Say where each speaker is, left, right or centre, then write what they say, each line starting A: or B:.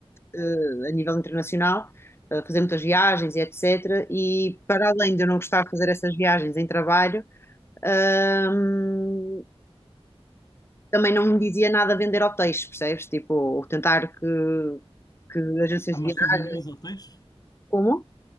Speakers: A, on the left (about 25°); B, on the left (about 40°).
A: eh, a nível internacional, a fazer muitas viagens e etc. E para além de eu não gostar de fazer essas viagens em trabalho, ahm, também não me dizia nada vender hotéis, percebes? Tipo, tentar que, que agências
B: Ah,
A: de viagem.
B: mas tu vendias hotéis?
A: Como?